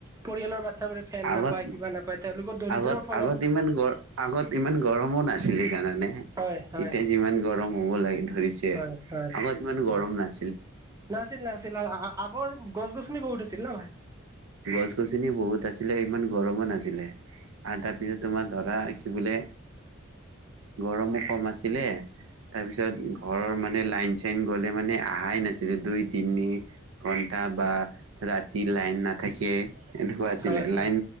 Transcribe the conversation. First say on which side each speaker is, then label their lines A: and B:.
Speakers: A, on the right; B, on the right.
A: পৰিয়ালৰ বাচ্ছাবোৰে ফেন
B: আগত
A: নাপায় কিবা নাপায়। তেওঁলোকৰ দৰিদ্ৰৰ
B: আগত
A: ফলত
B: আগত ইমান গৰমো আগত ইমান গৰমো নাছিলে ইকাৰণে।
A: হয় হয়
B: এতিয়া যিমান গৰম হ'ব লাগে ধৰিছে
A: হয় হয়
B: আগত ইমান গৰম নাই।
A: নাছিল নাছিল আগৰ গছ গছনি বহুত আছিল ন ভাই।
B: গছ গছনি বহুত আছিলে ইমান গৰমো নাছিলে। আৰু তাৰপিছত তোমাৰ ধৰা কি বোলে গৰমো ক'ম আছিলে তাৰপিছত ঘৰৰ মানে লাইন চাইন গ'লে মানে অহাই নাছিলে দুই তিনি ঘণ্টা। ই বা ৰাতি লাইন নাথাকে এনেকুৱা আছিলে
A: হয় হয়
B: লাইন